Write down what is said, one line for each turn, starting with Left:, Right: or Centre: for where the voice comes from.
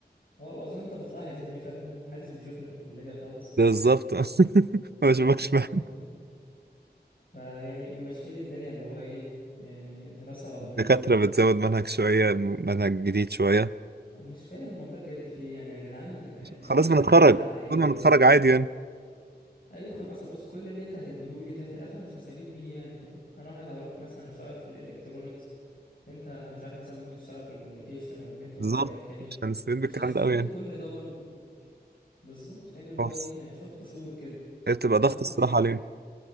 Left: اه واظن انت بتلاحظ يعني فاهم محدش بيشوفني في الكلية خالص
Right: بالظبط <laughs> ما بشوفكش
Left: اه
Right: بقى
Left: فاهم فيعني ممشيين الدنيا اللي هو ايه يعني دراسة
Right: الدكاترة
Left: منازل
Right: بتزود منهج شوية منهج جديد شوية
Left: أنا مش فاهم والله بجد في ايه يعني يا جدعان يعني
Right: خلاص
Left: الواحد
Right: بنتخرج
Left: هيلاحق على ايه
Right: كل
Left: ولا
Right: ما نتخرج
Left: ايه
Right: عادي يعني
Left: ايوه فاهم اصل بص كل اللي انت هتديهولي ده في الاخر مش هستفيد بيه يعني فاهم انا واحد هروح مثلا اشتغل في الالكترونيكس انت مش عارف مثلا ممكن تشتغل في الكوميونيكيشن او النتورك
Right: بالظبط
Left: او ايا كان ايه
Right: مش هنستفيد
Left: مش
Right: بالكلام
Left: هتستفيد
Right: ده أوي يعني
Left: بكل ده برضه بالظبط فاهم اللي
Right: امم
Left: هو ايه يعني شوية قشور كده
Right: هي بتبقى
Left: فما
Right: ضغط
Left: تتكلم
Right: الصراحة علينا